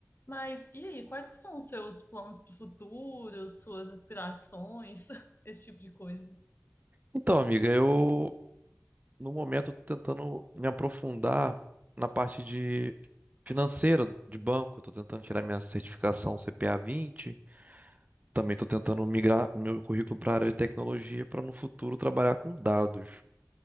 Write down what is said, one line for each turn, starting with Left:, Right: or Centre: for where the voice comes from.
Left: Mas e aí, quais que são os seus planos para o futuro, suas aspirações, <laughs> esse tipo de coisa?
Right: Então, amiga, eu no momento tô tentando me aprofundar na parte de financeira de banco, estou tentando tirar minha certificação CPA vinte. também estou tentando migrar meu currículo para a área de tecnologia para no futuro trabalhar com dados.